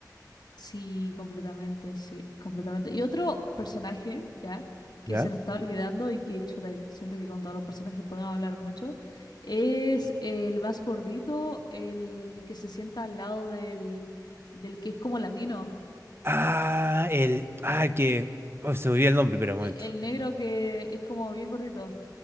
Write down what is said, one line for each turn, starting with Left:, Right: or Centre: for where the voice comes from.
Left: Sí, completamente, sí, completamente. Y otro personaje, ¿ya? Que
Right: ¿ya?
Left: se nos está olvidando y que, chuta, siento que con todos los personajes podemos hablar mucho, es el más gordito, el que se sienta al lado del, del que es como latino.
Right: Ah, el. Ah, el que. oh, se me olvidó el nombre, pero un
Left: E-
Right: momento.
Left: El negro que es como bien gordito.